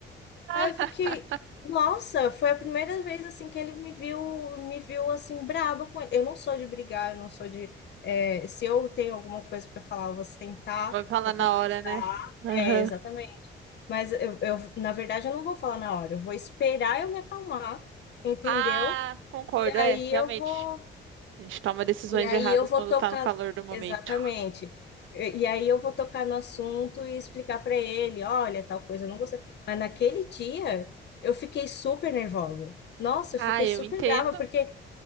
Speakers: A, on the right; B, on the left.
A: <laughs>
B: Aí eu fiquei, nossa, foi a primeira vez assim que ele me viu, me viu assim braba com ele. Eu não sou de brigar, eu não sou de é, se eu tenho alguma coisa para falar, eu vou sentar,
A: Vai falar
B: vou
A: na
B: conversar.
A: hora, né? Aham.
B: É, exatamente. Mas eu, eu, na verdade, eu não vou falar na hora, eu vou esperar eu me acalmar, entendeu?
A: Ah, concordo,
B: E aí
A: é, realmente.
B: eu vou
A: A gente toma decisões
B: e aí
A: erradas
B: eu vou
A: quando
B: tocar,
A: tá no calor do momento.
B: exatamente. E e aí eu vou tocar no assunto e explicar para ele, olha, tal coisa, eu não gostei. Mas naquele dia eu fiquei super nervosa. Nossa,
A: Ah,
B: eu fiquei
A: eu
B: super
A: entendo.
B: brava porque